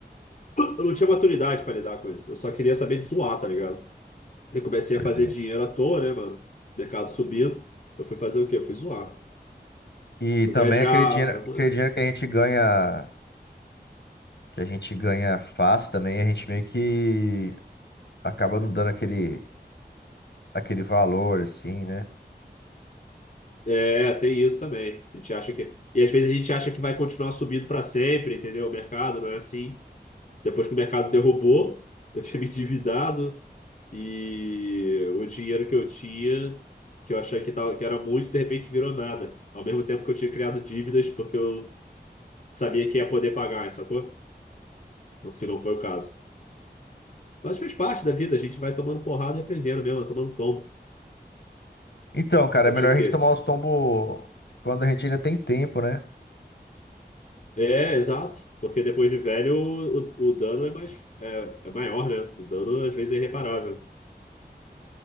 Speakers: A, on the left (about 45°); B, on the left (about 80°).
A: Eu não tinha maturidade para lidar com isso. Eu só queria saber de zoar, tá ligado? Eu comecei
B: Pois
A: a fazer
B: é.
A: dinheiro à toa, né, mano? Mercado subindo. Eu fui fazer o quê? Eu fui zoar.
B: E
A: Fui
B: também
A: viajar.
B: aquele dinheiro,
A: fui-
B: aquele dinheiro que a gente ganha, que a gente ganha fácil também, a gente meio que acaba não dando aquele, aquele valor, assim, né?
A: É, tem isso também. A gente acha que. E às vezes a gente acha que vai continuar subindo para sempre, entendeu? O mercado não é assim. Depois que o mercado derrubou, eu tinha me endividado e o dinheiro que eu tinha, que eu achei que, tava, que era muito, de repente virou nada. Ao mesmo tempo que eu tinha criado dívidas porque eu sabia que ia poder pagar, sacou? O que não foi o caso. Mas fez parte da vida, a gente vai tomando porrada e aprendendo mesmo, é tomando tombo.
B: Então, cara,
A: Só
B: é melhor
A: tinha o
B: a
A: quê?
B: gente tomar os tombos quando a gente ainda tem tempo, né?
A: É, exato. Porque depois de velho, o, o, o dano é mais, é, é maior, né? O dano às vezes é irreparável.